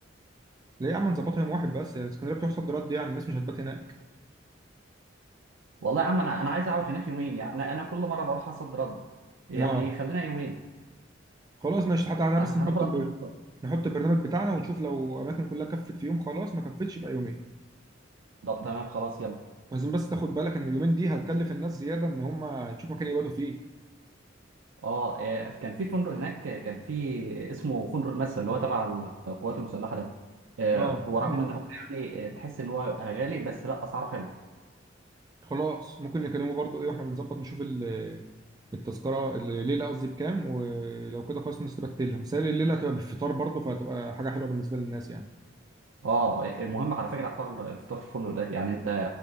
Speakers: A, on the right (about 20°); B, on the right (about 85°).
A: ليه يا عم نظبطها يوم واحد بس يعني اسكندرية بتحصل رد يعني الناس مش هتبات هناك
B: والله يا عم انا انا عايز اقعد هناك يومين يعني انا كل مره بروح اصد رد يعني
A: اه
B: خلينا يومين
A: خلاص ماشي حتى تعالى
B: أه،
A: بس
B: هناخدها
A: نحط ب...
B: في النص
A: نحط البرنامج بتاعنا ونشوف لو اماكن كلها كفت في يوم خلاص ما كفتش يبقى يومين
B: طب تمام خلاص يلا
A: لازم بس تاخد بالك ان اليومين دي هتكلف الناس زيادة ان هم يشوفوا مكان يباتوا فيه
B: اه آه، كان في فندق هناك آه، كان في اسمه فندق المدفع اللي هو تبع القوات المسلحه ده آه،
A: اه
B: هو رغم
A: م.
B: ان هو يعني آه، تحس ان هو غالي بس لا اسعاره حلو
A: خلاص ممكن نكلمه برضو ايه واحنا بنظبط نشوف ال- التذكرة الليلة قصدي بكام ولو كده خلاص الناس تبقى تلهم مثالي الليلة هتبقى بالفطار برضو فهتبقى حاجة حلوة بالنسبة للناس يعني
B: اه المهم على فكره حوار الفطار في الفندق ده يعني انت